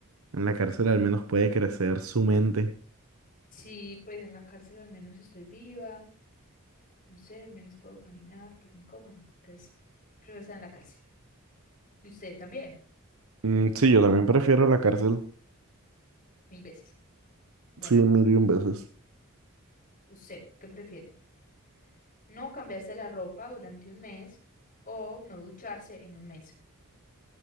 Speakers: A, on the right; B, on the left.
A: en la cárcel al menos puede crecer su mente.
B: Sí, pues en la cárcel al menos estoy viva. No sé, al menos puedo caminar, pero en coma no. Entonces, prefiero estar en la cárcel. Y usted también,
A: Mm, sí, yo también prefiero la cárcel.
B: mil veces. Bueno,
A: Sí, mil y un veces.
B: ¿usted qué prefiere? ¿No cambiarse la ropa durante un mes o no ducharse en un mes?